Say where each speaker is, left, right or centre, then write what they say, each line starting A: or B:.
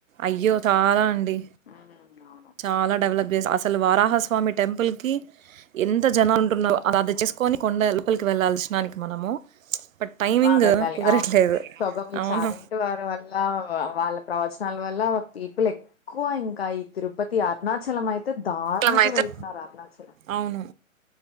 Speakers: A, on the right; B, on the left.
A: అయ్యో చాలా అండి
B: హ్మ్ అవును
A: చాలా డెవలప్ చేస అసలు వారాహస్వామి టెంపుల్ కి ఎం ఎంత జనాలు ఉంటున్నాో అ అది చేసుకొని కొండ లోపలికి వెళ్ళాల్సిననికి మనము బట్ టైమింగ్
B: ఆ వెళ్ళాలి
A: కుదరట్లేదు.
B: అవును సొగ మీ
A: అవును.
B: చాగంట వారి వల్ల వాళ్ళ ప్రవచనాలు వల్ల పీపుల్ ఎక్కువ ఇంకా ఈ తిరుపతి అరుణాచలం అయితే అతే దారుణంగా
A: లమైతే
B: వెళ్తున్నారు అరుణాచల
A: అవును.